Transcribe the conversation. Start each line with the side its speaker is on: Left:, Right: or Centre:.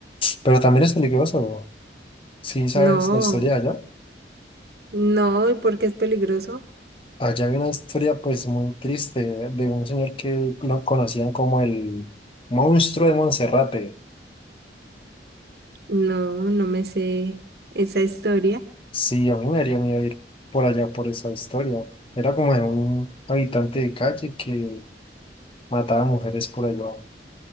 Left: pero también es peligroso. Sí, sabes
Right: No,
Left: la historia de allá.
Right: no, ¿y por qué es peligroso?
Left: Allá hay una historia pues muy triste de un señor que lo conocían como el monstruo de Monserrate.
Right: No, no me sé esa historia.
Left: Sí, a mí me daría miedo ir por allá por esa historia. Era como de un habitante de calle que mataba mujeres por allá.